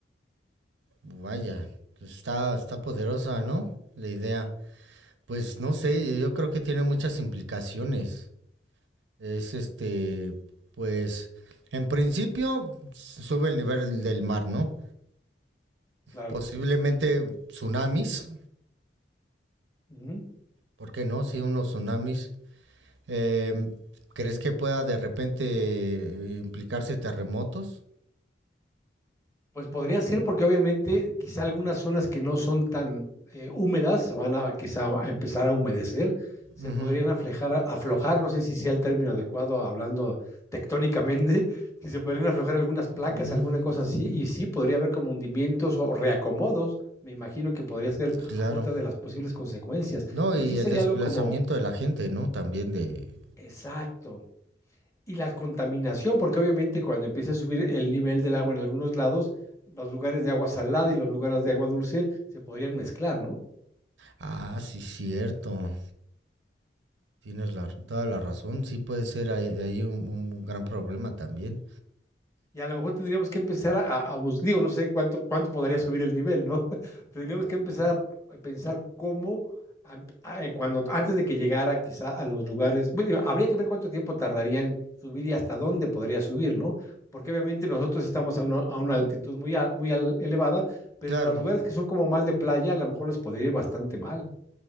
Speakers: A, on the right; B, on the left.
A: Vaya, está, está poderosa, ¿no? La idea. Pues no sé, yo, yo creo que tiene muchas implicaciones. Es este, pues, en principio sube el nivel del mar, ¿no?
B: Claro.
A: Posiblemente tsunamis,
B: Ujú.
A: ¿por qué no? Sí, unos tsunamis. Eh, ¿Crees que pueda de repente eh, implicarse terremotos?
B: Pues podría ser porque obviamente quizá algunas zonas que no son tan eh, húmedas se van a quizá a empezar a humedecer, se
A: Ujú.
B: podrían aflejar, aflojar, no sé si sea el término adecuado hablando tectónicamente, <laughs> si se podrían aflojar algunas placas,
A: Mm,
B: alguna cosa así, y sí podría haber como hundimientos o reacomodos, me imagino que podría ser
A: Claro.
B: otra de las posibles consecuencias,
A: No,
B: pero
A: y
B: sí
A: el
B: sería
A: desplazamiento
B: algo como
A: de la gente, ¿no? También de...
B: exacto, y la contaminación, porque obviamente cuando empieza a subir el nivel del agua en algunos lados, los lugares de agua salada y los lugares de agua dulce se podrían mezclar, ¿no?
A: Ah, sí, cierto. Tienes la- toda la razón. Sí puede ser ahí, ahí un, un gran problema también.
B: Y a lo mejor tendríamos que empezar a, a buscar, digo, no sé cuánto, cuánto podría subir el nivel, ¿no? <laughs> Tendríamos que empezar a eh, pensar cómo, am- a- eh, cuando, antes de que llegara quizá a los lugares, bueno, digo, habría que ver cuánto tiempo tardaría en subir y hasta dónde podría subir, ¿no? Porque obviamente nosotros estamos a una, a una altitud muy, a- muy al- elevada, pero
A: Claro,
B: los lugares que son como más de playa, a lo mejor les podría ir bastante mal.